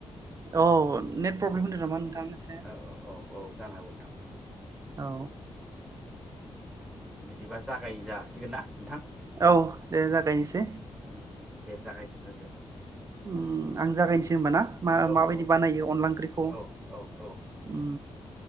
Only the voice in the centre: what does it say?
उम
उम
ओ ओ औ औ जानो हागौ नोंथां।
बिदिबा जागाय जासिगोन ना? नोंथां
उम उम उम उम दे जागायग्रो दो
औ
औ
औ औ औ